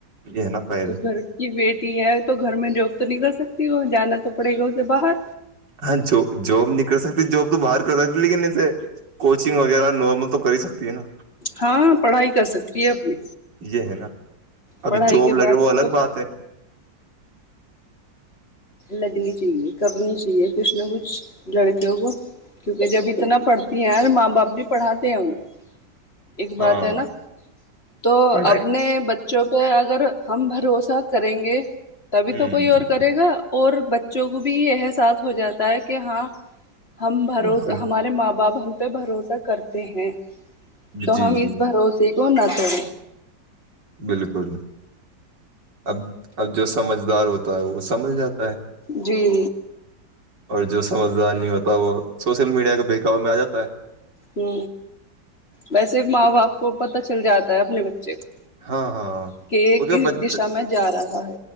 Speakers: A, on the right (about 80°); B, on the left (about 35°).
A: یہ ہے نا فائدے
B: تو گھر کی بیٹی ہے تو گھر میں جاب تو نہیںکل سکتی وہ جانا تو پڑے گاؤ سے باہر
A: ہاں جاب نہیں کر سکتی جاب تو باہر کر سکتی لیکن ایسے کوچنگ وغیرہ نارمل تو کر ہی سکتی ہے نا
B: ہاں پڑھائی کر سکتی ہے اپنی
A: یہ ہے نا
B: پڑھائی
A: اب جاب
B: کے
A: لگے
B: بعد
A: وہ الگ
B: تو
A: بات ہے
B: لگنی چاہیے کرنی چاہیے کچھ نہ کچھ لڑکیوں کو کیونکہ جب اتنا پڑھتی ہیں ماں باپ ب بھی پڑھاتے ہیں انہیں ایک بات
A: ہاں
B: ہے نا تو
A: پڑھائی
B: اپنے بچ جو کہہ اگر ہم بھروسہ کریں گے تبھی
A: ہ
B: تو کوئی اور کرے گا بچوں کو بھی احساس ہو جاتا ہے کہ ہاں ہم بھروز
A: بالکل
B: ہمارے ماں باپ باپ ہم پہ بھروسہ کرتے ہیں تو
A: جی
B: ہم
A: جی
B: اس بھروسے کونا تھوڑی
A: بالکل اب اب جو سمجھدار ہوتا ہے وہ سمجھ جاتا ہے
B: جی
A: اور جو سمجھدار نہیں ہوتا وہ سوشل میڈیا کے بکاو میں آ جاتا ہے
B: ہ ویسے
A: ہے
B: ماں باپ کو پتا چل جاتا ہے اپنے بچے کا
A: ہاں ہاں کیونکہ
B: کہ کس
A: بچہ
B: دشا میں جا رہا ہ